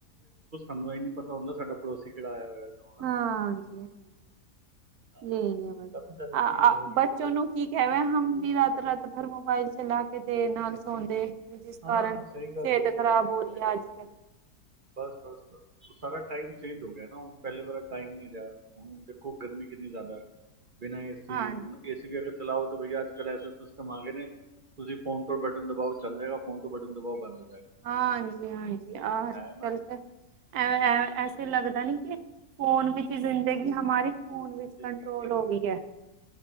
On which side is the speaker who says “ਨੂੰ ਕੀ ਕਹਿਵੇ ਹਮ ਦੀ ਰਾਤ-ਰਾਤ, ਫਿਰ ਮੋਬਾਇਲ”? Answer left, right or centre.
Right